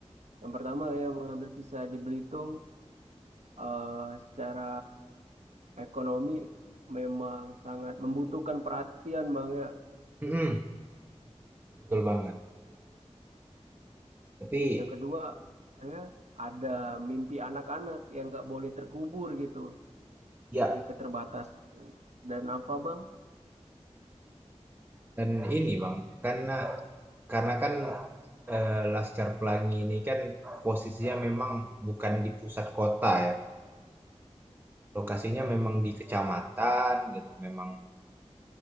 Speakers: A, on the right; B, on the right.
A: Yang pertama ya mengambil kisah di Belitung eh, secara ekonomi memang sangat membutuhkan perhatian Bang ya.
B: Mm-mm. Betul banget. Tapi
A: Yang kedua ya ada mimpi anak-anak yang nggak boleh terkubur gitu
B: ya
A: dari keterbatasan. Dan apa Bang?
B: dan ini Bang, karena karena kan eh, Laskar Pelangi ini kan posisinya memang bukan di pusat kota ya. Lokasinya memang di kecamatan gitu. Memang